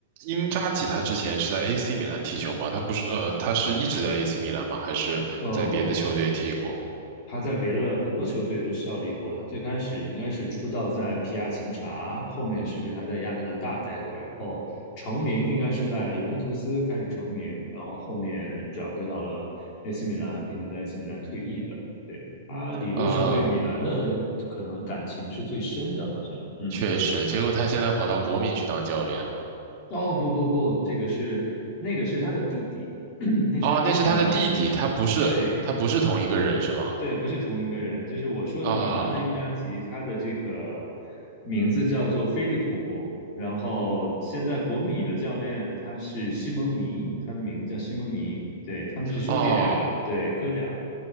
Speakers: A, on the right; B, on the left.
A: 英扎吉他之前是在 AC 米兰踢球吗？他不是呃，他是一直在 AC 米兰吗？还是在别的球队踢过？
B: 哦，他在别的很多球队都效力过。他最开始应该是出道在皮亚琴察，后面是不是还在亚特兰大待过？然后成名应该是在尤文图斯开始成名，然后后面转会到了 AC 米兰，并且在 AC 米兰退役的。对，他理论上对米兰的可能感情是最深的，
A: 呃，
B: 好像。嗯，
A: 确实，结果他现在跑到国米去当教练了。
B: 哦，不不不，这个是那个是他的弟弟，<clears throat> 那是他的弟，
A: 哦，那是他的弟弟，他不是他不是同一个人是吗？
B: 对。对，不是同一个人，就是我说的米兰的英扎吉，
A: 啊，
B: 他的这个名字叫做菲利普，然后现在国米的教练他是西蒙尼，他的名字叫西蒙尼，对，他们是兄弟俩，
A: 哦，
B: 对，哥俩。